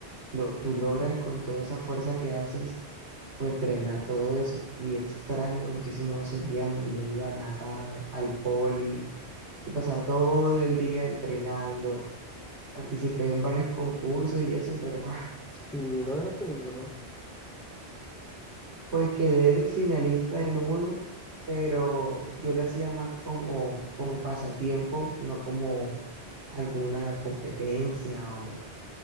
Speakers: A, on the right; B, in the centre.
A: lo, tú logras con toda esa fuerza que haces, pues drenar todo eso. Y extraño muchísimo esos días donde yo me iba a nadar al poli y pasaba todo el día entrenando. Participé en varios concursos y eso, pero ah,
B: Y no ganaste ninguno.
A: pues quedé de finalista en uno, pero yo lo hacía más como, como pasatiempo, no como alguna competencia o